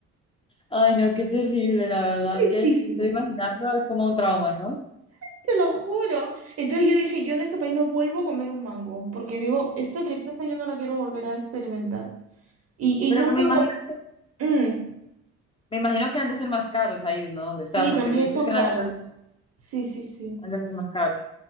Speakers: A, on the left; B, on the right.
A: Ay, no, qué terrible, la verdad,
B: Tristísimo.
A: que solo imaginando, es como un trauma, ¿no?
B: Te lo juro. Entonces yo dije, yo en ese país no vuelvo a comer un mango, porque digo, esta tristeza yo no la quiero volver a experimentar. Y,
A: Pero
B: y nunca...
A: me imagino, que-
B: Mm,
A: me imagino que han de ser más caros ahí, ¿no? Donde estás,
B: sí,
A: porque
B: también
A: si dices
B: son
A: que
B: caros.
A: no hay
B: Sí, sí, sí.
A: Algo que más cabe.